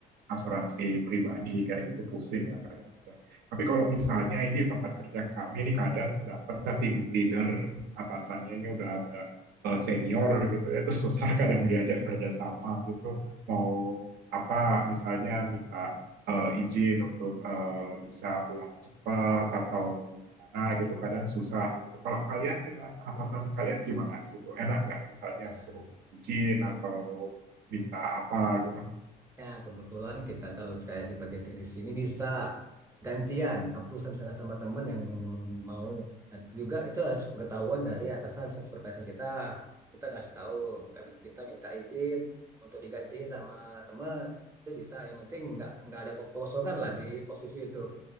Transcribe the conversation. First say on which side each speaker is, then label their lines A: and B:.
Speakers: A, on the right; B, on the right.
A: asuransi pribadi kayak gitu pusing lah kadang-kadang. Tapi kalau misalnya ini tempat kerja kami ini kadang dapat nah, tim leader atasannya ini udah agak eh, senior gitu ya, itu susah kadang diajak kerjasama gitu. Mau apa misalnya minta eh, izin untuk eh, bisa pulang cepat atau gimana gitu, kadang susah gitu. Kalau kalian dengan atasan kalian gimana di situ? Enak nggak misalnya
B: Nah.
A: untuk izin atau minta apa gitu?
B: Ya, kebetulan kita kalau kayak di bagian teknis ini bisa gantian upload sama- misalnya sama teman yang memang memang mau Nah, juga itu harus pengetahuan dari atasan misalnya supervisor kita kita ngasih tahu kami kita minta izin untuk digantiin sama teman itu bisa yang penting nggak nggak ada kekosongan lah di posisi itu